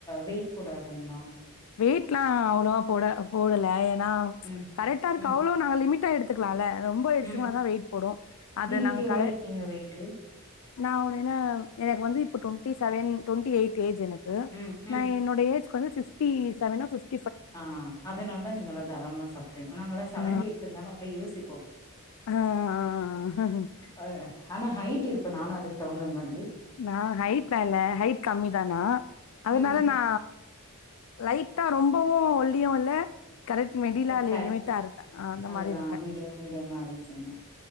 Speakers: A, on the left; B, on the left.
A: வெயிட் போடாதுங்லா
B: வெயிட்லா அவ்ளோவா போட போடல ஏன்னா
A: ம்
B: கரெக்டா ருக்கு
A: ம்
B: அவ்ளோ நா லிமிட் ட்டா எடுதுக் லால ரொம்போ எடுத்துக்குனா
A: ம்
B: தான் வெயிட் போடும் அது
A: நீங்க
B: நாங்
A: இப்ப எவ்ளோ
B: கரெ
A: இருக்கீங்க வெயிட்டு
B: நா ஒரு என்ன எனக் வந்து இப்ப twenty seven twenty eight age எனக் கு
A: ம் ம்
B: நா என்னுடைய ஏஜ் க் வந்து ஃபிஃப் டி செவனோ ஃபிஃப்
A: ஆஹ் அதுனால தான் நீங்கெல்லா தாரால்மா சாப்ட்ரிங் நாங்களா சவன்டி
B: ஆ
A: இருக்குந்தாலும் அப்டியே யோசிப்போம்
B: ஆ ஆ ஆ
A: அது ஆனா ஹைட் டிருப்பன் நானும் அதுக்குதகுந்த மா
B: நா ஹைட்லா இல்ல ஹைட் கம்மிதா நா அதனால
A: ம்
B: நா லைட்டா ரொம்பவும் ஒல்லியும் இல்ல கரெக்ட் மெடிலா
A: ப ஃபேட்
B: லிமிட்டா இருக்கன் ஆஹ் அந்த
A: அதுதா
B: மாரி இருப்பேன்
A: மீடியம் மீடியமா இருக்கீங்க